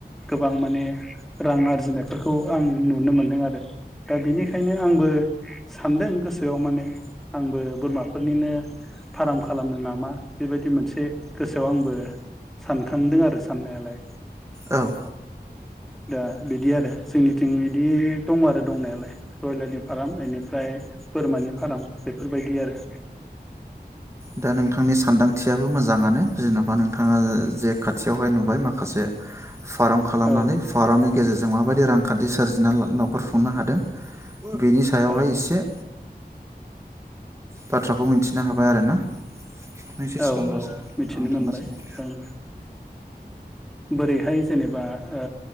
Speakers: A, in the centre; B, on the right.
A: गोबां माने रां आरजिनाय बेफोरखौ आं नुनो मोन्दों आरो दा बेनिखायनो आंबो सान्दों गोसोआव माने आंबो बोरमाफोरनिनो फार्म खालामनो नामा बेबायदि मोनसे गोसोआव आंबो सानखांदों आरो साननायालाय
B: औ औ
A: दा बिदि आरो जोंनिथिं बिदि दं आरो दंनायालाय ब्रयलारनि फार्म एनिफ्राय बोरमानि फार्म बेफोरबायदि आरो
B: दा नोंथांनि सानदांथियाबो मोजाङानो जेन'बा नोंथाङा जे खाथियावहाय नुबाय माखासे फार्म खालामनानै
A: औ
B: फार्मनि गेजेरजों माबाय रांखान्थि सोरजिना न'खर खुंनो हादों बेनि सायावहाय
A: औ
B: एसे बाथ्राखौ मिथिनो हाबाय आरोना नोंसो
A: औ
B: सिगांग्रोसो
A: औ मिथिनो
B: आं
A: मोनबाय
B: थांगासिनो दं।
A: ओं बोरैहाय जेनेबा ओ